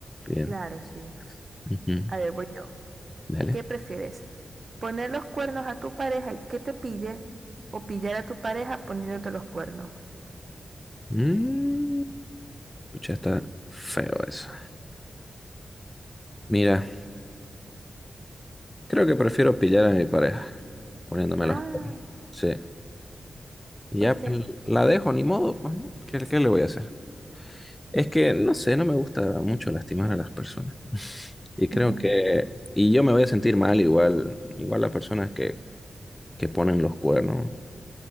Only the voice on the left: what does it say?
Bien.
Ujú.
Dale.
Mm, pucha, está feo eso. Mira. Creo que prefiero pillar a mi pareja, poniéndome
los cuernos. Sí. Y
ya
pues, la dejo, ni modo, pues, ¿no? ¿Qué, qué le voy a hacer? Es que, no sé, no me gusta mucho lastimar a las personas. Y creo
que, y yo me voy a sentir mal igual, igual las personas que, que ponen los cuernos.